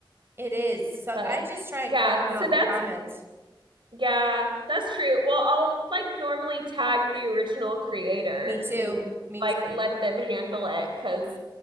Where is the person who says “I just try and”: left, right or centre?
Right